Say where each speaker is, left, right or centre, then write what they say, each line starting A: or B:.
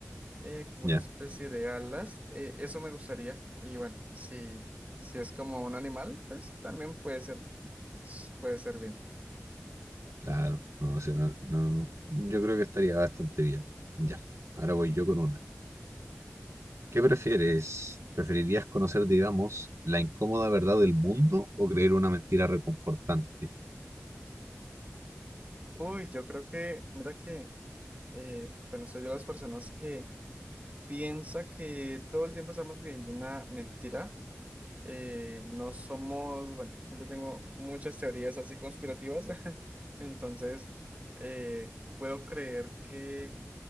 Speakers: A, on the right; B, on the right.
A: eh, como
B: Ya.
A: una especie de alas. eh, eso me gustaría. Y bueno, si, si es como un animal, pues también puede ser, puede ser bien.
B: Claro, no, si no, no, yo creo que estaría bastante bien. Ya, ahora voy yo con una. ¿Qué prefieres? ¿Preferirías conocer, digamos, la incómoda verdad del mundo o creer una mentira reconfortante?
A: Uy, yo creo que, mira que... eh, bueno, soy de las personas que piensa que todo el tiempo estamos viviendo una mentira. Eh, no somos, bueno, yo tengo muchas teorías así conspirativas, <laughs> entonces eh, puedo creer que,